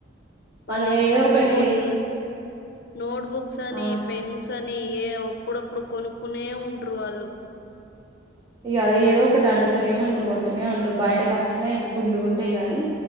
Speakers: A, on the left; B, on the right.
A: మళ్ళీ
B: మనం ఏదో ఒకటి
A: నోట్స్ల నోట్బుక్స్ అని
B: ఆ
A: పెన్స్ అని ఏ అప్పుడప్పుడు కొనుక్కునే ఉంటరు వాళ్ళు
B: ఇక ఏదో ఒకటి అడుగుతూనే ఉంటారు కొంటనే ఉంటారు బయట ఖర్చులే ఇంకా ఫుల్లు ఉంటాయి గానీ